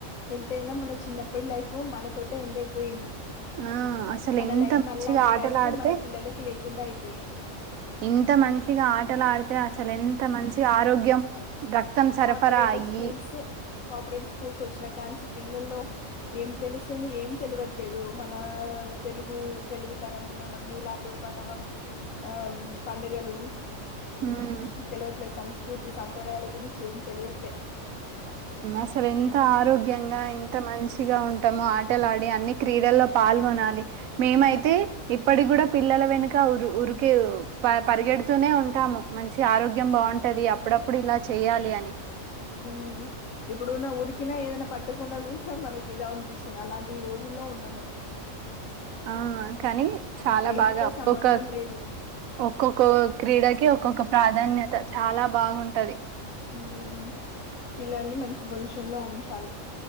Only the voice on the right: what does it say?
ఆ అసలు
ఎంత
మంచిగా
ఆటలు
ఆడితే
ఇంత మంచిగ ఆ డై అసలు ఎంత మంచి ఆరోగ్యం రక్తం సరఫరా
అయ్యి
ఉమ్
అసలు ఎంత ఆరోగ్యంగా ఎంత మంచిగా ఉంటామో ఆటలాడి అన్ని క్రీడల్లో పాల్గొనాలి మేమైతే ఇప్పటి కూడ పిల్లల వెనుక ఉరికే పరి గెడుతూనే ఉంటాము మంచి ఆరోగ్యం బాగుంటది అప్పుడప్పుడు ఇలా చెయాలి అని
ఆ కానీ చాలా
బాగ
ఒొక్క
ఒక్కొక్క క్రీడకి ఒక్కొక్క ప్రాధాన్యత చాలా బాగుంటది